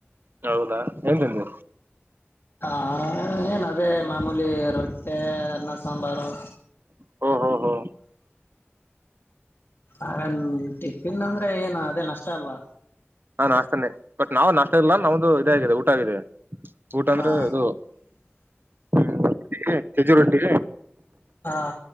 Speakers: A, on the right (about 50°); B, on the left (about 55°).
A: ಹೌದಾ ಏನ್ ತಿಂದಿ
B: ಹಾ ಏನ್ ಅದೇ ಮಾಮೂಲಿ ರೊಟ್ಟೆ ಅನ್ನ ಸಾಂಬಾರು
A: ಹ್ಮು ಹ್ಮು ಹ್ಮೂ
B: ಹಾನ್ ಟಿಫಿನ್ ಅಂದ್ರೆ ಏನು ಅದೇ ನಾಷ್ಟ ಅಲ್ವಾ
A: ಹಾ ನಾಷ್ಟಾನೆ ಬಟ್ ನಾವು ನಾಷ್ಟಾ ಇಲ್ಲಾ ನಮ್ದು ಇದೆ ಆಗಿದೆ ಊಟ ಆಗಿದೆ. ಊಟ ಅಂದ್ರೆ
B: ಹಾ
A: ಇದು <unintelligible> ಸಜ್ಜಿ ರೊಟ್ಟಿ
B: ಆ